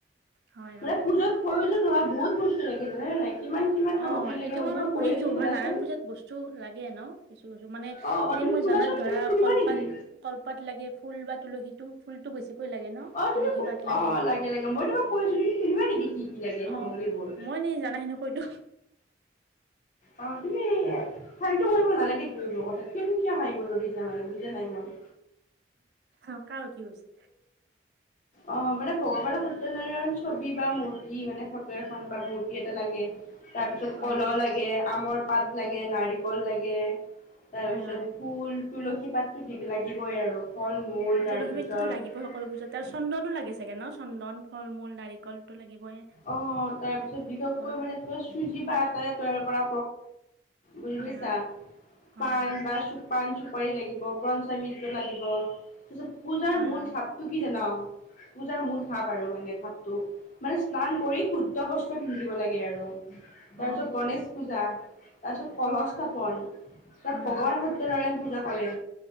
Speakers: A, on the right; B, on the left.
A: হয়
B: মানে
A: হয়
B: পুজাত প্ৰয়োজন হোৱা বহুত বস্তু লাগিছে নাই কিমান কিমান সামগ্ৰী
A: অ
B: লাগে
A: এতিয়া মই
B: তোমাক
A: বু শুনিছো
B: কৈ আছো শুনাচোন
A: মানে নাৰায়ণ পূজাত বস্তু লাগে ন কিছু কিছু মানে
B: অ অ
A: এনে
B: তুমি
A: মই
B: শুনাচোন
A: জনাত ধৰা
B: তুমি শুনিবা
A: কলপাত
B: নেকি
A: কলপাত লাগে ফুল বা তুলসীটো ফুলতটো বেছিকৈ লাগে ন
B: অ
A: তুলসী
B: তুমি
A: পাত লাগে
B: অ লাগে লাগে মই তোমাক কৈ আছো তি সুধিবা নেকি কি কি লাগে সামগ্ৰীবোৰ
A: অ মই নি জানাখিনি কৈতো
B: অ তুমি হাৰীটো কৰিব নালাগে তমোৰ কাত কিয় কিয় হাৰিব যা ম বুজা নাই মই
A: অকাও কিছে
B: অ মানে ভগৱানৰ সত্যনাৰায়ণ ছবি বা মূৰ্তি মানে ফটো এখন বা মূৰ্তি এটা লাগে তাৰপিছত
A: হয়
B: কলহ লাগে আমৰ
A: হয়
B: পাত লাগে নাৰিকল লাগে তাৰপিছত
A: হয় হয়
B: ফুল তুলসী পাততো দি লাগিবই আৰু ফল মূল
A: অ, তুলসী
B: তাৰপিছত
A: মিতটোতো লাগিবই সকলো পূজাত আৰু চন্দনো লাগি চাগে ন চন্দন ফল মূল নাৰিকলটো লাগিবই
B: অ তাৰপিছত বিশেষকৈ
A: কল
B: মানে ত চুজি বা আটাৰে তৈয়াৰ কৰা বজিছা
A: হয় হয় হয়
B: পণ
A: হয়
B: বা চ পাণ চুপাৰি লাগিব য় মিত্ৰ লাগিব তাৰপিছত পূজাৰ
A: হয়
B: মূল
A: হয়
B: চাপটো কি জান পূজাৰ মূল ধাপ আৰু মানে ধাপ মানে স্নান কৰি শুদ্ধ বস্ত পিন্ধিব লাগে আৰু তাৰপিছত
A: অ
B: গণেশ পূজা তাৰপিছত কলহস্থ্থাপন তাত
A: হয়
B: ভগৱান
A: হয়
B: সত্য়নাৰায়ণ পূজা কৰে